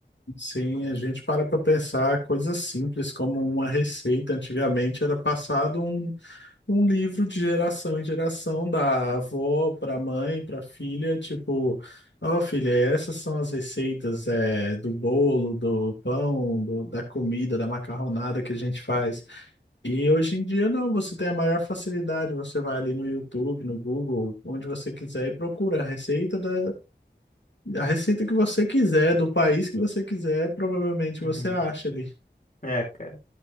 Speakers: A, on the left (about 80°); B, on the left (about 50°).
A: Sim, a gente para para pensar coisas simples como uma receita. Antigamente era passado um um livro de geração em geração, da avó para mãe, para filha, tipo, ó, filha, essas são as receitas é, do bolo, do pão, do- da comida, da macarronada que a gente faz. E hoje em dia não, você tem a maior facilidade, você vai ali no YouTube, no Google, onde você quiser e procura a receita da, a receita que você quiser, do país que você quiser, provavelmente
B: Uhum.
A: você acha ali.
B: É, cara.